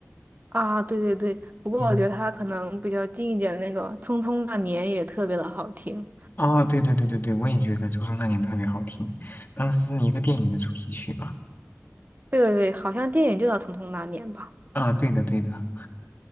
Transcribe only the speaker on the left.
嗯，哦，对对对对对，我也觉得《初中那年》特别好听，当时是一个电影的主题曲吧？
啊，对的对的。